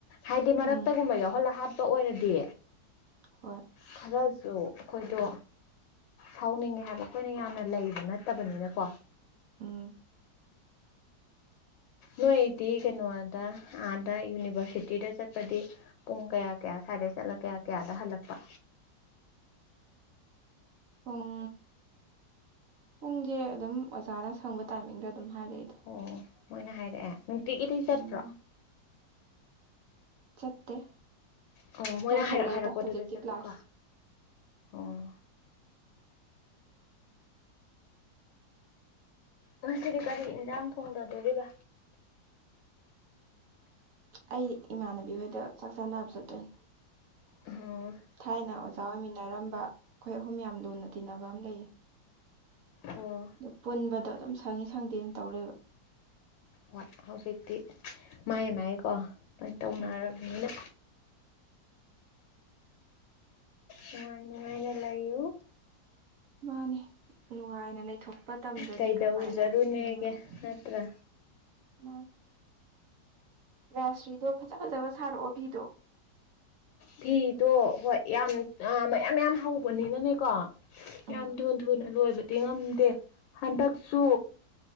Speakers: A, on the left (about 85°); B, on the right (about 60°).
A: ꯍꯥꯏꯗꯤ ꯃꯔꯛꯇꯒꯨꯝꯕ
B: ꯎꯝ
A: ꯌꯥꯎꯍꯜꯂ ꯍꯥꯞ ꯄ ꯑꯣꯏꯔꯗꯤ
B: ꯍꯣꯏ
A: ꯈꯔꯖꯨ ꯑꯈꯣꯏꯗꯣ꯫ ꯁꯥꯎꯅꯤꯡꯉꯦ ꯍꯥꯏꯕ ꯑꯈꯣꯏꯅ ꯌꯥꯝꯅ ꯂꯩꯕ ꯅꯠꯇꯕꯅꯤꯅꯀꯣ꯫
B: ꯎꯝ
A: ꯅꯣꯏꯗꯤ ꯀꯩꯅꯣꯗ ꯑꯥꯗ ꯌꯨꯅꯤꯚꯔꯁꯤꯇꯤꯗ ꯆꯠꯄꯗꯤ ꯄꯨꯡ ꯀꯌꯥ ꯀꯌꯥ ꯁꯥꯏꯗꯩ ꯆꯠꯂ ꯀꯌꯥ ꯀꯌꯥꯗ ꯍꯜꯂꯛꯄ꯫
B: ꯄꯨꯡ ꯄꯨꯡꯖꯦ ꯑꯗꯨꯝ ꯑꯣꯖꯥꯅ ꯁꯪꯕ ꯇꯥꯏꯃꯤꯡꯗ ꯑꯗꯨꯝ ꯍꯥꯏꯔꯛꯏꯗ꯫
A: ꯑꯣ ꯃꯣꯏꯅ ꯍꯥꯏꯔꯛꯑꯦ ꯅꯨꯡꯇꯤꯒꯤꯗꯤ ꯆꯠꯄ꯭ꯔꯣ꯫
B: ꯎꯝ ꯆꯠꯇꯦ
A: ꯑꯣ ꯃꯣꯏꯅ
B: ꯂꯣꯏꯁꯜꯂꯦꯗ
A: ꯍꯥꯏꯔꯛ ꯍꯥꯏꯔꯛꯄꯗꯨꯗ
B: ꯍꯧꯖꯤꯛꯇꯤ
A: ꯆꯠꯄꯀꯣ
B: ꯀ꯭ꯂꯥꯁ
A: ꯑꯣ꯫ ꯉꯁꯤꯗꯤ ꯀꯔꯤ ꯏꯟꯖꯥꯡ ꯊꯣꯡꯗꯗꯣꯔꯤꯕ꯫
B: ꯑꯩ ꯏꯃꯥꯟꯅꯕꯤ ꯍꯣꯏꯗ ꯆꯥꯛ ꯆꯥꯅꯕ ꯆꯠꯇꯣꯏꯟ꯫
A: ꯎꯍꯣ
B: ꯊꯥꯏꯅ ꯑꯣꯖꯥ ꯑꯣꯏꯃꯤꯟꯅꯔꯝꯕ ꯈꯣꯏ ꯑꯍꯨꯝ ꯌꯥꯝ ꯂꯨꯅ ꯇꯤꯟꯅꯕ ꯑꯝ ꯂꯩꯌꯦ꯫
A: ꯑꯣ
B: ꯗꯣ ꯄꯨꯟꯕꯗꯣ ꯑꯗꯨꯝ ꯁꯪꯉꯤ ꯁꯪꯗꯦꯅ ꯇꯧ ꯂꯩꯕ ꯫
A: ꯍꯣꯏ ꯍꯧꯖꯤꯛꯇꯤ ꯃꯥꯏ ꯃꯥꯏꯀꯣ ꯂꯣꯏꯟ ꯇꯧꯅꯔꯕꯅꯤꯅ꯫
B: ꯎꯝ
A: ꯅꯨꯡꯉꯥꯏ ꯅꯨꯡꯉꯥꯏꯅ ꯂꯩꯌꯨ ꯫
B: ꯃꯥꯅꯤ ꯅꯨꯡꯉꯥꯏꯅ ꯂꯩꯊꯣꯛꯄ ꯇꯝꯗꯔ꯭ꯗꯤ
A: ꯀꯩꯗꯧꯖꯔꯨꯅꯦꯒꯦ
B: ꯀꯃꯥꯏꯅ ꯍꯤꯡꯉꯨꯅꯤ꯫
A: ꯅꯠꯇ꯭ꯔꯥ
B: ꯃꯥ ꯔꯥꯁꯁ꯭ꯔꯤꯗꯣ ꯐꯖ ꯐꯖꯕ ꯁꯥꯔꯛꯑꯣ ꯐꯤꯗꯣ꯫
A: ꯐꯤꯗꯣ ꯍꯣꯏ ꯌꯥꯝ ꯑꯥ ꯃꯌꯥꯝ ꯃꯌꯥꯝ ꯍꯧꯕꯅꯤꯅꯅꯦꯀꯣ꯫
B: ꯎꯝ
A: ꯌꯥꯝ ꯊꯨꯟ ꯊꯨꯅ ꯂꯣꯏꯕꯗꯤ ꯉꯝꯗꯦ ꯍꯟꯗꯛꯁꯨ꯫